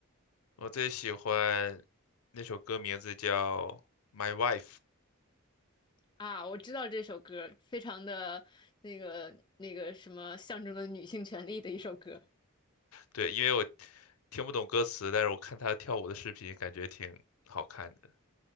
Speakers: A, on the left; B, on the left.
A: 我最喜欢那首歌名字叫《My Wife》。
B: 啊，我知道这首歌，非常的那个那个什么，象征了女性权利的一首歌。
A: 对，因为我听不懂歌词，但是我看她跳舞的视频，感觉挺好看的。